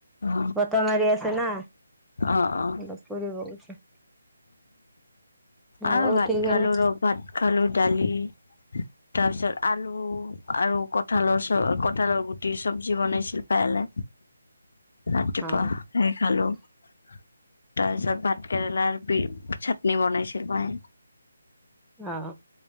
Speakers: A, on the left; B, in the centre.
A: অ
B: বতাহ মাৰি আছে ন
A: অ
B: ফুৰিব গৈছে। মই
A: আৰু
B: উঠি
A: ভাত
B: কিনে
A: খালু ৰ ভাত খালো দালি তাৰপিছত আলু আৰু কঠালৰ চব্জি কঠালৰ গুটিৰ চব্জি বনাইছিল পায়েলে ৰাতিপুৱা
B: অ
A: সেই খালো তাৰপিছত ভাত কেৰেলাৰ চাটনি বনাইছিল মায়ে
B: অ'